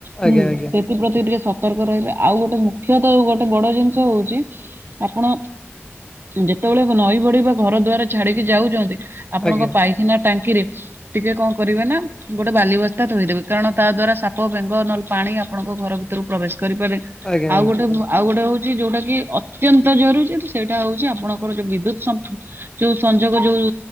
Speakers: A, on the right; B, on the left.
A: ହୁଁ
B: ଆଜ୍ଞା ଆଜ୍ଞା
A: ସେ ଥି ପ୍ରତି ଟିକେ ସତର୍କ ରହିବେ ଆଉ ଗୋଟେ ମୁଖ୍ୟତଃ ଯଉ ଗୋଟେ ବଡ ଜିନିଷ ହଉଛି ଆପଣ ଯେତେବେଳେ ନଈ ବଢି ବା ଘର ଦ୍ୱାର ଛାଡିକି ଯାଉଚନ୍ତି ଆପଣଙ୍କ
B: ଆଜ୍ଞା
A: ପାଇଖାନା ଟାଙ୍କିରେ ଟିକେ କଣ କରିବେ ନା ଗୋଟେ ବାଲି ବସ୍ତା ଥୋଇଦେବେ କାରଣ ତା ଦ୍ଵାରା ସାପ ବେଙ୍ଗ ନ ପାଣି ଆପଣଙ୍କ ଘର ଭି ତିରୁକୁ ପ୍ରବେଶ କରିପାରେ
B: ଆଜ୍ଞା ଆଜ୍ଞା
A: ଆଉ ଗୋଟେ ଉ ଆଉ ଗୋଟେ ହଉଚି ଯୋଉଟା କି ଅତ୍ୟନ୍ତ ଜରୁରୀ ଯୋଉଟି ସେଇଟା ହଉଚି ଆପଣ ଆମର ଯୋଉ ବିଦ୍ୟୁତ ସମ୍ପ ଯୋଉ ସଂଯୋଗ ଯୋଉ